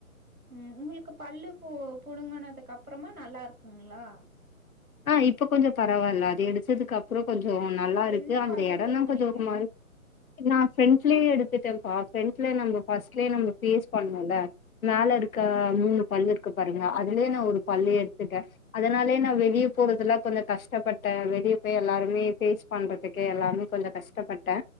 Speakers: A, on the right; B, on the left.
A: ம் உங்களுக்கு பல்லு போ புடுங்கனதுக்கப்றமா நல்லா இருக்குங்களா
B: அ இப்ப கொஞ்சோ பரவால்ல அது எடுத்ததுக்கு அப் அப்றோ கொஞ்சோ நல்லாருக்கு
A: எந்த
B: அந்த
A: பல்லு
B: எடோன்னா
A: புடுங்குனீங்க?
B: கொஞ்சோ ஒரு மாரி நா ஃப்ரெண்ஸ்லியே எடுத்துட்டே பா ஃப்ரெண்ட்ல நம்ம ஃபஸ்ட்லே நம்ம பேஸ் பண்ணு ல மேலருக்கா
A: ம்.
B: மூணு பல்லுருக்கு பாருங்க அதுலே நா ஒரு பல்லே எடுத்துட்டே அதனாலே நா வெளிய போறதுல கொஞ்ச கஷ்டப்பட்டே வெளிய போய் எல்லாருமே பேஸ் பண்றதுக்கே எல்லாமே கொஞ்சோ கஷ்டப்பட்டே